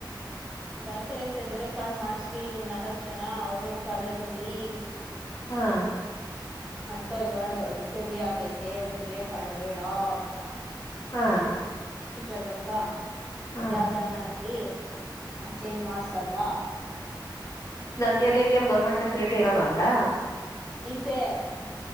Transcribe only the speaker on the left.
ಹಾ
ಹಾ
ಹಾ
ಅತ್ಯದಿ ನ್ ಗೌರ್ಮೆಟ್ ಫೆಸಿಲಿಟಿರಲ್ ಅಂತ